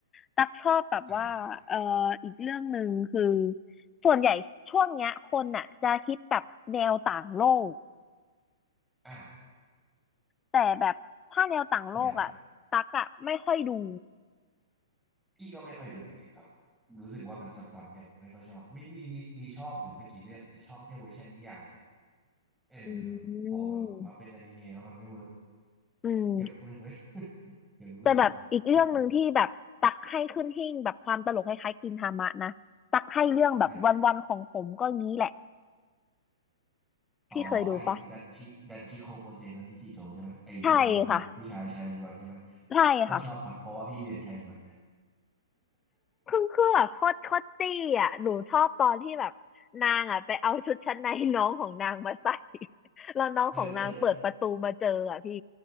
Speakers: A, on the left; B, in the centre.
A: ตักชอบแบบว่าเอออีกเรื่องหนึ่งคือ
B: อ่า
A: ส่วนใหญ่ช่วงเนี้ยคนอ่ะจะฮิตแบบแนวต่างโลก
B: อ่า
A: แต่แบบถ้าแนวต่างโลกอ่ะตักอ่ะไม่ค่อยดู
B: แบบ พี่ก็ไม่ค่อยดูเหมือนกันครับรู้สึกว่ามันซ้ำๆกันไม่ค่อยชอบมีมีมีมีชอบอยู่ไม่กี่เรื่องแต่ชอบแค่เวอร์ชันนิยายนะเออแบบพอแบบมาเป็นอนิเมะแล้วมันไม่เวิร์ก
A: อืมอืม
B: เกือบทุกเรื่องเลย <laughs> เกือบทุกเรื่องเลยอืม
A: แต่แบบอีกเรื่องหนึ่งที่แบบตักให้ขึ้นหิ้งแบบความตลกคล้ายๆกินทามะนะตักให้เรื่องแบบวันๆของผมก็งี้แหละ
B: อ่ะอ๋อไอ้ดันชิดันชิโคโคเซโนนิจิโจใช่ไหมไอ้เรื่องเด็กผู้ชายชายล้วนใช่ไหม
A: พี่เคยดูปะใช่ค่ะใช่ค่ะ
B: โคตรชอบครับเพราะว่าพี่เรียนชายล้วน
A: คือคือแบบโคตรโคตรตี้อ่ะหนูชอบตอนที่แบบนางอ่ะไปเอาชุดชั้นในน้องของนางมาใส่ <laughs> แล้วน้องของนางเปิดประตูมาเจออ่ะพี่
B: เออเออ